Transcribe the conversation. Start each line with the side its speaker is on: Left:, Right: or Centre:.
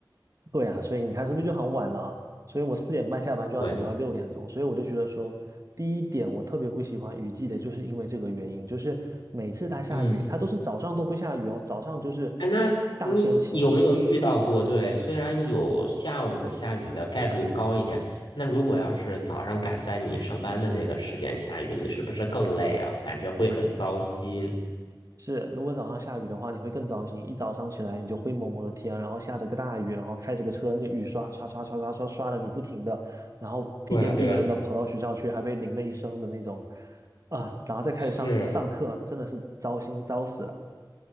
Right: 对啊，所以你看是不是就很晚了？所以我四点半下班就要等到六点钟，
Left: 对，
Right: 所以我就觉得说，第一点我特别不喜欢雨季的，就是因为这个原因，就是每次它下雨，
Left: 嗯。
Right: 它都是早上都不下雨哦，早上就是
Left: 哎，那你有没有遇到过？
Right: 大天晴。
Left: 对，虽然有下午下雨的概率高一点，那如果要是早上赶在你上班的那个时间下雨，你是不是更累啊？感觉会很糟心。
Right: 是，如果早上下雨的话，你会更糟心，一早上起来你就灰蒙蒙的天，然后下着个大雨，然后开着个车，那个雨刷刷刷刷刷刷刷的你不停的，然后屁颠屁颠的跑到学校去，
Left: 对啊，对啊，
Right: 还被淋了一身的那种，啊，然后再开始上上课，
Left: 是，
Right: 真的是糟心糟死了。